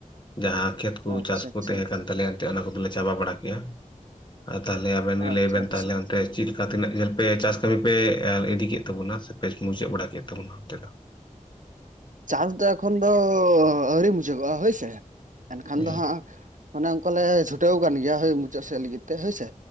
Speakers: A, on the left (about 35°); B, on the right (about 70°).
A: ᱡᱟᱸᱦᱟᱸ ᱠᱷᱮᱛ
B: ᱟᱪᱪᱷᱟ
A: ᱪᱟᱥ
B: ᱟᱪᱪᱷᱟ
A: ᱠᱚ ᱛᱟᱦᱮᱸ ᱠᱟᱱ ᱛᱟᱞᱮᱭᱟ ᱮᱱᱛᱮᱫ ᱚᱱᱟ ᱠᱚᱫᱚᱞᱮ ᱪᱟᱵᱟ ᱵᱟᱲᱟ ᱠᱮᱜᱼᱟ᱾ ᱟᱨ ᱛᱟᱦᱚᱞᱮ ᱟᱵᱮᱱᱜ ᱞᱟᱹᱭ
B: ᱟᱪᱪᱷᱟ
A: ᱵᱮᱱ
B: ᱟᱪᱪᱷᱟ
A: ᱛᱟᱦᱚᱞᱮ ᱚᱱᱛᱮ ᱪᱮᱫ ᱞᱮᱠᱟ ᱛᱤᱱᱟᱹᱜ ᱡᱷᱟᱞ ᱪᱟᱥ ᱠᱟᱹᱢᱤ ᱯᱮ ᱮ ᱤᱫᱤ ᱠᱮᱫ ᱛᱟᱵᱚᱱᱟ ᱥᱮ ᱯᱮ ᱢᱩᱪᱟᱹᱫ ᱵᱟᱲᱟ ᱠᱮᱫ ᱛᱟᱵᱚᱱᱟ ᱚᱱᱛᱮ ᱫᱚ?
B: ᱪᱟᱥ ᱫᱚ ᱮᱠᱷᱚᱱ ᱫᱚ ᱟᱹᱣᱨᱤ ᱢᱩᱪᱷᱟᱹᱜᱚᱜᱼᱟ ᱦᱳᱭᱥᱮ ᱮᱱᱠᱷᱟᱱ
A: ᱦᱩᱸ
B: ᱫᱚ ᱦᱟᱸᱜ ᱚᱱᱮ ᱚᱱᱠᱟ ᱞᱮ ᱪᱷᱩᱴᱟᱹᱣ ᱟᱠᱟᱱ ᱜᱮᱭᱟ ᱦᱳᱭ ᱢᱩᱪᱟᱹᱫ ᱥᱮᱫ ᱞᱟᱜᱤᱫ ᱛᱮ ᱦᱳᱭᱥᱮ